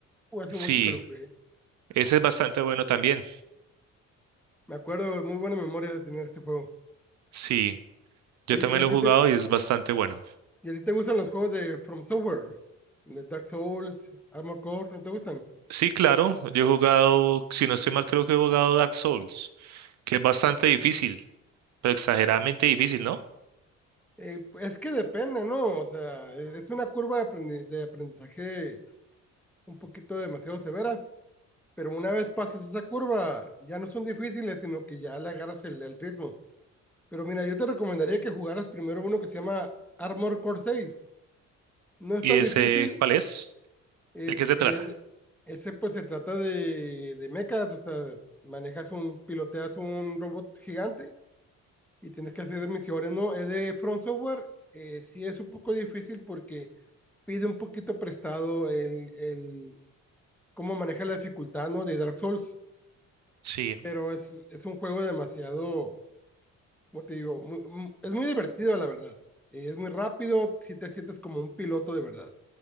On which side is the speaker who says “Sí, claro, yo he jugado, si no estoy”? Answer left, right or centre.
Right